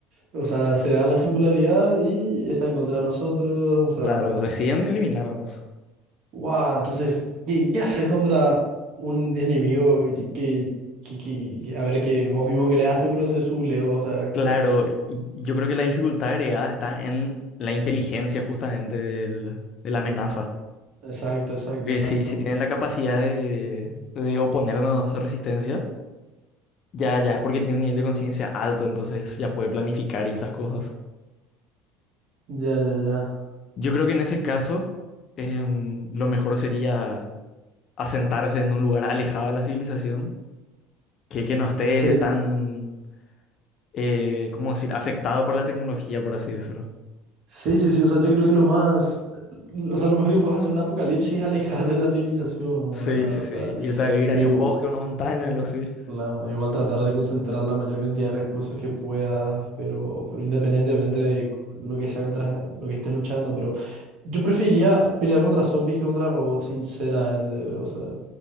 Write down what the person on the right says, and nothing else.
o sea, se da la singularidad y está en contra de nosotros, o sea.
Wow, entonces, ¿qué, qué haces contra un enemigo que, que, que, que- a ver, que vos mismo creaste, pero se sublevó, o sea,
que.
Exacto, exacto,
exacto.
Ya, ya, ya.
Sí.
Sí, sí, sí. O sea, yo creo que lo más. O sea, lo mejor que puedes hacer en un apocalipsis es <laughs> alejarte de la civilización,
¿verdad?
O sea,
pero,
igu-
La- igual tratar de concentrar la mayor cantidad de recursos que puedas, pero, pero independientemente de c- lo que sea contra lo que estés luchando, pero yo preferiría pelear contra zombies que contra robots, sinceramente. O sea,